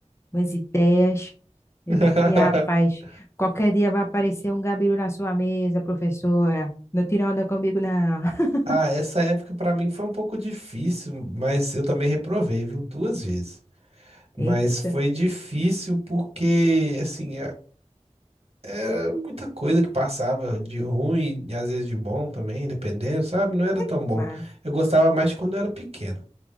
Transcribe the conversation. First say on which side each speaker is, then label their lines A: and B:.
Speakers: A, on the left; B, on the right.
A: umas ideias. Eu
B: <laughs>
A: digo, "Ih, rapaz, qualquer dia vai aparecer um gabiru na sua mesa, professora. Não tira onda comigo, não. <laughs>
B: Ah, essa época pra mim foi um pouco difícil, mas eu também reprovei, viu? Duas vezes.
A: Eita,
B: Mas foi difícil porque, assim, é- era muita coisa que passava de ruim, e às vezes de bom também, dependendo, sabe? Não era
A: é
B: tão bom.
A: claro,
B: Eu gostava mais de quando eu era pequeno.